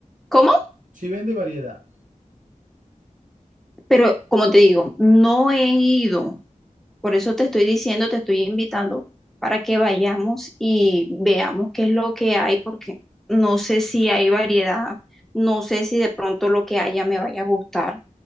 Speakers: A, in the centre; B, on the right.
A: ¿Cómo?
B: si vende variedad.
A: Pero como te digo, no he ido. Por eso te estoy diciendo, te estoy invitando para que vayamos y veamos qué es lo que hay, porque no sé si hay variedad, no sé si de pronto lo que haya me vaya a gustar,